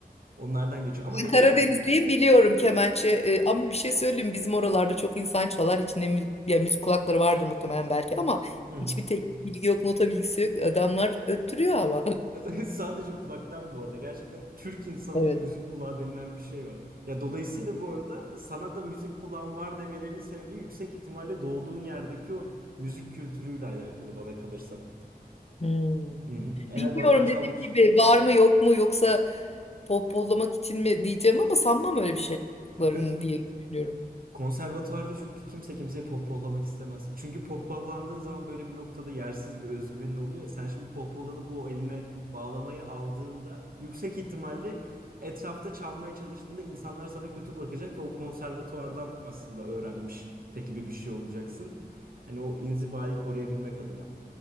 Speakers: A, on the right (about 65°); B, on the left (about 40°).
A: Onlardan geçiyor. Ama dediğim
B: Karadenizliyim
A: gibi
B: biliyorum kemençe E, ama bir şey söyleyeyim bizim oralarda çok insan çalar hiç ne mü- ya müzik kulakları vardır muhtemelen belki ama
A: hı hı.
B: hiçbir teknik bilgi yok nota bilgisi yok adamlar öttürüyor ama. <laughs>
A: <laughs> Sadece kulaktan bu arada. Gerçekten Türk insanının
B: Evet.
A: müzik kulağı denilen bir şey var. Ya dolayısıyla bu arada sana da müzik kulağın var demelerinin sebebi yüksek ihtimalle doğduğun yerdeki o müzik kültürüyle alakalı bana kalırsa.
B: Hmm.
A: Hı hı. Eğer
B: Bilmiyorum
A: bağlama çalmış.
B: dediğim gibi var mı yok mu yoksa pohpohlamak için mi diyeceğim ama sanmam öyle bir şey yaptıklarını
A: Evet
B: diye düşünüyorum.
A: Konservatuvarda çünkü kimse kimseyi pohpollamak istemez. Çünkü pohpollandığın zaman böyle bir noktada yersiz bir özgüvenin oluyor ya. Sen şimdi pohpollanıp o eline bağlamayı aldığında yüksek ihtimalle etrafta çalmaya çalıştığında insanlar sana kötü bakacak ve o konservatuvardan aslında öğrenmiş te gibi bir şey olacaksın. Hani o inzibayı koruyabilmek adına.